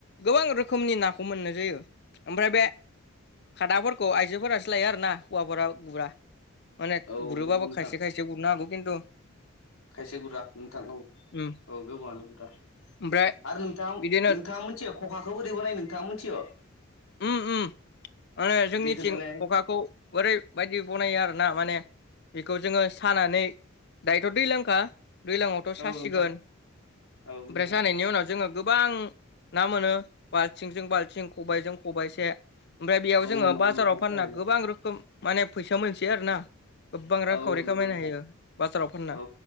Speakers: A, on the left; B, on the left.
A: गोबां रोखोमनि नाखौ मोननाय जायो ओमफ्राय बे खादाफोरखौ आइजोफोरासो लायो आरोना हौवाफोरा गुरा माने
B: औ
A: गुरोबाबो
B: नंगौ नोंथां
A: खायसे खायसे गुरनो हागौ खिनथु
B: खायसे गुरा नोंथां औ
A: उम
B: औ गोबाङानो गुरा
A: ओमफ्राय
B: आरो नोंथां
A: बिदिनो
B: नोंथाङा मोनथियो खखाखौ बोरै बानायो नोंथाङा मोनथियो
A: उम उम माने जोंनिथिं
B: खोन्थालाय
A: खखाखौ ओरैबायदि बनायो आरोना माने बेखौ जोङो सानानै दायोथ दैलांखा दैलाङावथ सासिगोन
B: औ नोंथां औ
A: ओमफ्राय
B: नोंथां
A: सानायनि उनाव जोङो गोबां ना मोनो बाल्थिंजों बाल्थिं खबजों खबाइसे ओमफ्राय बेयाव
B: औ
A: जोङो
B: नंगौ
A: बाजाराव
B: नोंथां
A: फानना
B: थारैनो
A: गोबां रोखोम माने फैसा मोनसै आरोना गोबां रां
B: औ
A: खावरि
B: नंगौ
A: खामायनो
B: नोंथां
A: हायो बाजाराव फानना
B: औ